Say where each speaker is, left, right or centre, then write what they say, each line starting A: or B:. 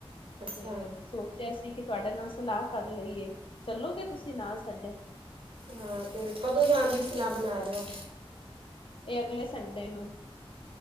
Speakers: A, on the right; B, on the left.
A: ਅੱਛਾ
B: ਤੇ ਸੋਚਿਆ ਸੀ ਕਿ ਤੁਹਾਡੇ ਨਾਲ ਸਲਾਹ ਕਰ ਲਈਏ ਚੱਲੋਗੇ ਤੁਸੀਂ ਨਾਲ ਸਾਡੇ
A: ਹਾਂ ਤੇ ਕਦੋਂ ਜਾਣ ਦੀ ਸਲਾਹ ਬਣਾ ਰਹੇ ਹੋ।
B: ਇਹ ਅਗਲੇ ਸੰਡੇ ਨੂੰ।